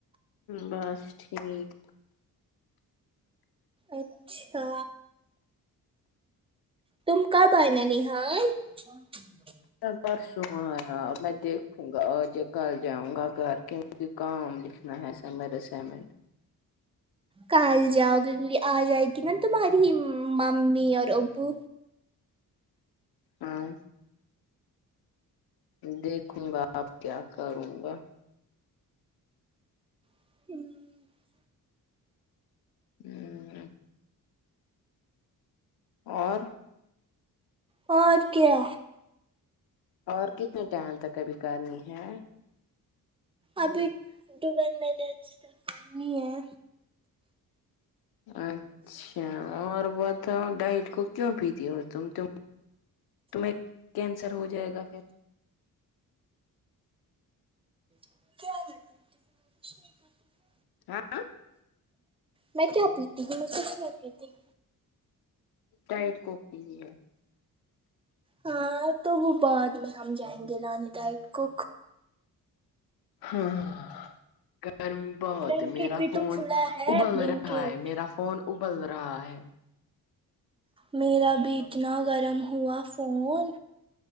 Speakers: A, on the left; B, on the right.
A: بس ٹھیک
B: اچھا تم کب آئی ننہال <inaudible>
A: پرسوں آ میں دیکھوں گا ج کل جاؤں گا گھر کے کیونکہ کام لکھنا ہے سمر اسائمنٹ
B: کل جاؤ گے کیونکہ آ جائے گی نا تمہاری ممی اور ابو
A: ہاں دیکھوں گا آپ کیا کروں گا
B: <inaudible>
A: ہمم اور
B: اور کیا
A: اور کتنے ٹائم تک ابھی کرنی ہے
B: ابھی ٹویلو منٹس کرنی ہے
A: اچھا اور بتاؤ ڈائٹ کو کیوں پیتی ہو تم ت تمہیں کینسر ہو جائے گا پھر
B: <inaudible>
A: ہاں
B: میں کیا پیتی ہوں میں سے پیتی ہ
A: ڈائٹ کو بھی ہے
B: ہاں تو وہ بعد میں ہم جائیں گے نانی تائ کو
A: ہاں گرمی بہت
B: بلنکٹ
A: میرا
B: بھی
A: فون
B: تو کھلا ہے
A: ابل
B: بلنکٹ
A: رہا ہے میرا فون ابل رہا ہے
B: میرا بھی اتنا گرم ہوا فون